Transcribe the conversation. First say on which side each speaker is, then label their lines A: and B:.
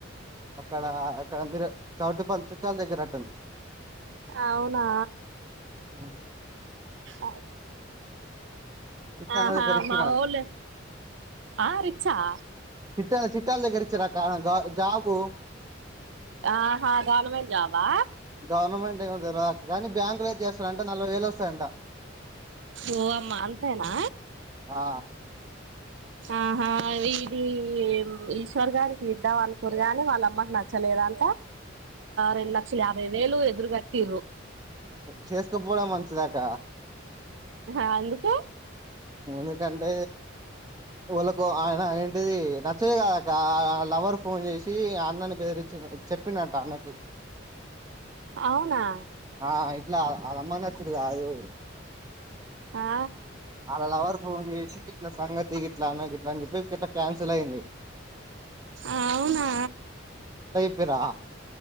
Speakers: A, on the right; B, on the right.
A: అక్కడ అక్కడ మీరు చౌటుప్పల్ చుట్టాల దగ్గర ఉంటది
B: అవునా
A: బఓ
B: ఓ
A: చిట్టాల
B: ఆహా
A: దగ్గర ఇచ్చిరా
B: మావోలు ఆ రిచ్ ఆ
A: చిట్టాల చిట్టాల దగ్గర ఇచ్చిండ్రు అక్క జాబు
B: ఆహా గవర్నమెంట్ జాబా
A: గవర్నమెంట్ ఏమో తెలీదు అక్క కానీ బ్యాంక్ లో చేస్తారంట నలభై వేలు వస్తాయంట
B: ఓ అమ్మా అంతేనా
A: ఆ
B: ఆహా ఇది ఈశ్వర్ గారికి ఇద్దాం అనుకోరు గాని వాళ్ళమ్మకి నచ్చలేదు అంట రెండు లక్షల యాభై వేలు ఎదురు కట్టిండ్రు
A: చేసుకోపోవడం మంచిదాక్కా
B: ఎందుకు
A: ఎందుకంటే వాళ్ళకో ఆయన ఏంటిది నచ్చద కాద అక్క లవర్ ఫోన్ చేసి అన్నని బేదిరించి చెప్పినంట అన్నకి
B: అవునా
A: ఆ వాళ్ళ అల్ల అమ్మయి కి నచ్చుడు కాదు
B: ఆ
A: వాళ్ల లవర్ ఫోన్ చేసి ఇట్ల సంగతి ఇట్లా అన ఇట్లా అని చెప్పి ఇట్లా క్యాన్సిల్ అయింది
B: అవునా
A: చెప్పిండ్రా